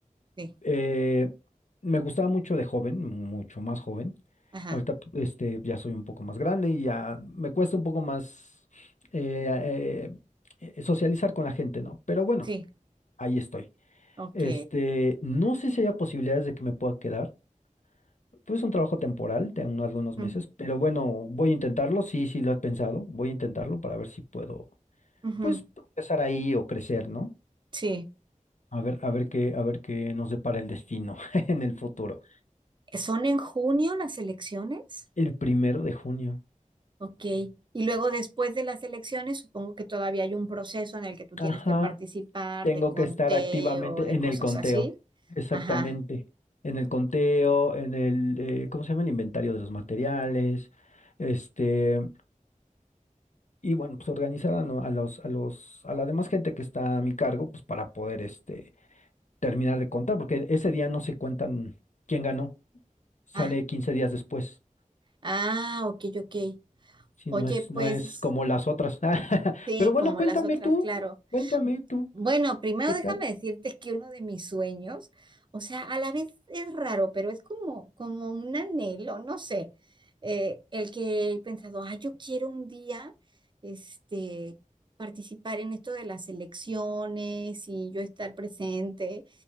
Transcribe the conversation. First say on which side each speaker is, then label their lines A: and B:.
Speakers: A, on the right (about 35°); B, on the left (about 60°).
A: Sí.
B: Eh, me gustaba mucho de joven, mucho más joven.
A: Ajá.
B: Ahorita, p- este, ya soy un poco más grande y ya me cuesta un poco más eh, eh, eh, socializar con la gente, ¿no? Pero bueno,
A: Sí.
B: ahí estoy.
A: Ok.
B: Este, no sé si haya posibilidades de que me pueda quedar. Pues es un trabajo temporal de unos algunos
A: Mm,
B: meses, pero bueno, voy a intentarlo. Sí, sí lo he pensado. Voy a intentarlo para ver si puedo,
A: ujú,
B: pues, empezar ahí o crecer, ¿no?
A: Sí.
B: A ver, a ver qué, a ver qué nos depara el destino <laughs> en el futuro.
A: ¿Son en junio las elecciones?
B: El primero de junio.
A: Ok. Y luego después de las elecciones, supongo que todavía hay un proceso en el que tú
B: Ajá.
A: tienes que participar
B: Tengo
A: de conteo,
B: que estar activamente
A: de
B: en
A: cosas
B: el conteo.
A: así.
B: Exactamente.
A: Ajá.
B: En el conteo, en el, eh, ¿cómo se llama? El inventario de los materiales. Este. Y bueno, pues organizar a, no- a los, a los, a la demás gente que está a mi cargo, pues para poder este terminar de contar, porque ese día no se cuentan quién ganó, sale
A: Ah,
B: quince días después,
A: ah, ok, ok.
B: si
A: Oye,
B: no es,
A: pues
B: no es como las otras. <laughs>
A: Sí,
B: Pero bueno,
A: como
B: cuéntame
A: las otras,
B: tú,
A: claro.
B: cuéntame tú,
A: Bueno, primero
B: ¿qué
A: déjame
B: tal?
A: decirte que uno de mis sueños, o sea, a la vez es raro, pero es como, como un anhelo, no sé, eh, el que he pensado, ah, yo quiero un día, este, participar en esto de las elecciones y yo estar presente,